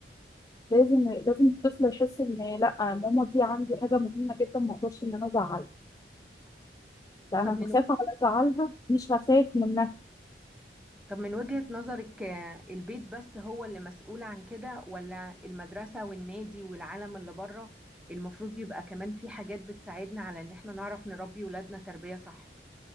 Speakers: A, on the left; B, in the centre.
A: لازم لازم الطفل يحس ان لا ماما دي عندي حاجه مهمه جدا ما اقدرش ان انا ازعلها لا
B: طب
A: انا
B: من
A: هخاف على ازعلها مش هخاف منها
B: طب من وجهة نظرك آه، البيت بس هو اللي مسؤول عن كده ولا المدرسة والنادي والعالم اللي بره المفروض يبقى كمان في حاجات بتساعدنا على ان احنا نعرف نربي ولادنا تربية صح